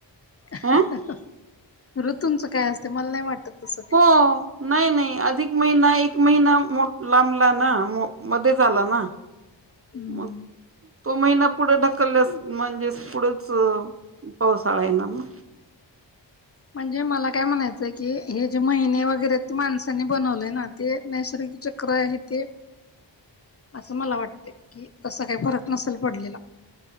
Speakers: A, on the left; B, on the right.
A: हाहाहा
B: हं
A: ऋतूंच काय असते मला नाही वाटत तसं काही
B: हो नाही नाही अधिक महिना एक एक महिना लांबला ना मध्येच आला ना
A: हम्म
B: मग तो महिना पुढे ढकलल्यास म्हणजे पुढंच- पावसाळा आहे ना मग
A: म्हणजे मला काय म्हणायचं- म्हणायच की हे जे महिने वगैरे ते माणसाांनी बनवलेय ना ते नैसर्गिक चक्र आहे ते असं मला वाटते कि तस काही फरक नसेल पडलेला.